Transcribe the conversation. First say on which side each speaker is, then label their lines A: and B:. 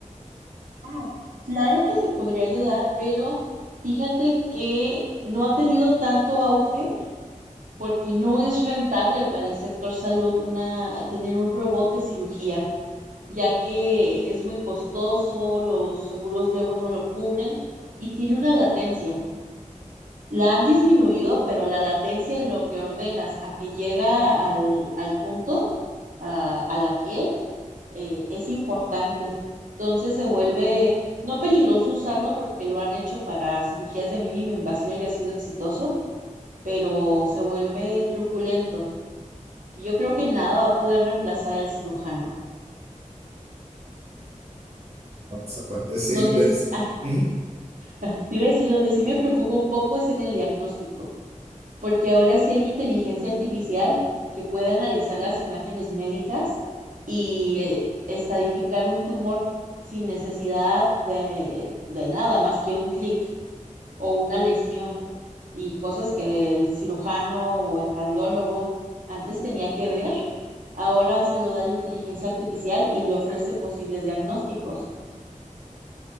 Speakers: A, on the right; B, on the right.
A: Ah, Claro que se podría ayudar, pero fíjate que no ha tenido tanto auge porque no es rentable para el sector salud una tener un robot de cirugía, ya que es muy costoso, los seguros luego no lo cubren y tiene una latencia. la han disminuido, pero la latencia en lo que ordenas a que llega al, al punto, a, a, la piel, eh, es importante. Entonces se vuelve no peligroso usarlo porque lo han hecho para cirugías de mínima invasión y ha sido exitoso, pero se vuelve truculento, que yo creo que nada va a poder reemplazar al cirujano.
B: Esa parte sí
A: Donde,
B: es interesante.
A: s- ah,
B: Ujú.
A: <laughs> te iba a decir, donde sí me preocupa un poco es en el diagnóstico porque ahora sí hay inteligencia artificial que puede analizar las imágenes médicas y eh, estadificar un tumor sin necesidad de, de nada más que un clic o una lesión y cosas que el cirujano o el radiólogo antes tenía que ver, ahora se lo da la inteligencia artificial y le ofrece posibles diagnósticos.